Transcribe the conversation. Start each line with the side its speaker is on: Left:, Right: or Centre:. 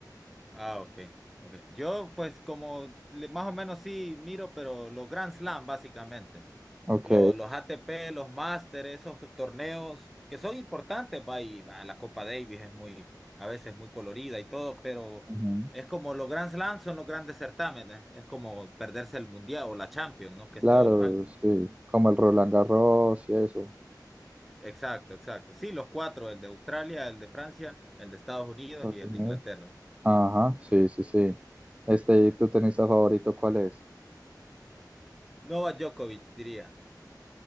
Centre: Ah, ok. ok. Yo pues como le- más o menos sí miro, pero los Grand Slam básicamente.
Right: Ok,
Centre: Lo- Los, ATP, los Masters, esos torneos que son importantes, va, y va, la Copa Davis es muy, a veces muy colorida y todo, pero
Right: ujú,
Centre: es como los Grand Slams son los grandes certámenes, es como perderse el Mundial o la Champions, ¿no? Que es
Right: Claro,
Centre: todos los años.
Right: sí, como el Roland Garros y eso,
Centre: Exacto, exacto. Sí, los cuatro, el de Australia, el de Francia, el de Estados Unidos
Right: Estados
Centre: y el
Right: Unidos.
Centre: de Inglaterra.
Right: Ajá, sí, sí, sí. Este, ¿y tu tenista favorito cuál es?
Centre: Novak Djokovic, diría.